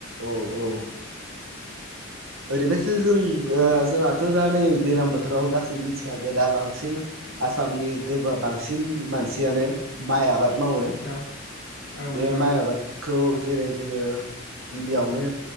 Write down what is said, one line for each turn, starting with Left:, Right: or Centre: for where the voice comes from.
Right: औ औ ओरैबायसो जों जोंहाथ' दा नै दैल्लां बोथोराव गासैबोनि थिखाागोदा बांसिन आसामनि गोबाब बांसिन मानसियानो माइ आबाद मावो
Left: औ औ नोंथां
Right: बे
Left: औ
Right: माइ आबाद खौ जेरै जोङो गिबियावनो